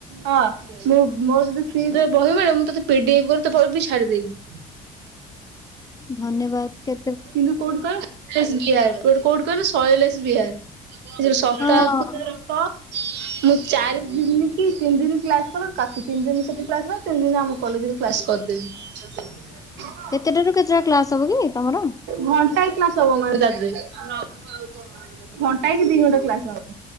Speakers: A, on the right; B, on the left.
A: ହଁ। ମୁଁ ମୋର ଯଦି ଫ୍ରି ରେ ବହିିମିଳିବ ମୁଁ ତୋତେ ପିଡି ଏଫ୍ କରିକି ବି ତୋ ପାଖକୁ ଛାଡିଦେବି। <inaudible>
B: ଧନ୍ୟବାଦ୍। କେ
A: କିନ୍ତୁ କୋଉଠି କହିଲ <unintelligible> କୋଉଠି କହିଲ ଶୈଳେଶ ବିହାର। ଏ ଯଉ ସପ୍ତାହକୁ
B: ହଁ
A: <unintelligible> ମୁଁ ଚାରି ଦିନି କି ତିନି ଦିନି କ୍ଲାସ୍ କଲେ କାଫି। ତିନି ଦିନେଇ ସେଠି କ୍ଲାସ୍ କଲି ତିନି ଦିନ ଆମ କଲେଜ୍ ରେ କ୍ଲାସ କରିଦେବି।
B: କେତେଟା ରୁ କେତେଟା କ୍ଲାସ ହବ କି ତମର?
A: ଘଣ୍ଟାଏ କ୍ଲାସ ହବ ଆମର <unintelligible> ଘଣ୍ଟାଏ କି ଦି ଘଣ୍ଟା କ୍ଲାସ ହବ।